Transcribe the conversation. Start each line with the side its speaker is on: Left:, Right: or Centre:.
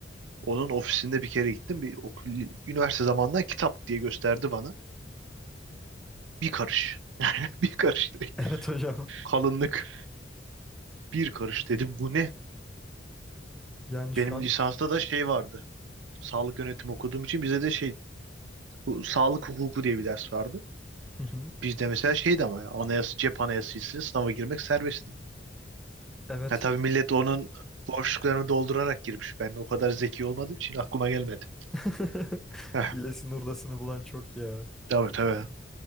Right: Onun ofisinde bir kere gittim. Bir okul, üniversite zamanında kitap diye gösterdi bana. Bir karış. <laughs> Bir karış direkt.
Centre: <laughs> Evet hocam.
Right: Kalınlık. Bir karış dedim. Bu ne?
Centre: Yani şu
Right: Benim
Centre: an
Right: lisansta da şey vardı. Sağlık yönetimi okuduğum için bize de şey bu sağlık hukuku diye bir ders vardı.
Centre: Hı hı.
Right: Bizde mesela şeydi ama ya anayasa, cep anayasasıyla sınava girmek serbestti.
Centre: evet.
Right: Ya tabii millet onun boşluklarını doldurarak girmiş. Ben o kadar zeki olmadığım için aklıma gelmedi.
Centre: <laughs>
Right: Heh,
Centre: Hilesini hurdasını bulan çok ya.
Right: tabii tabii.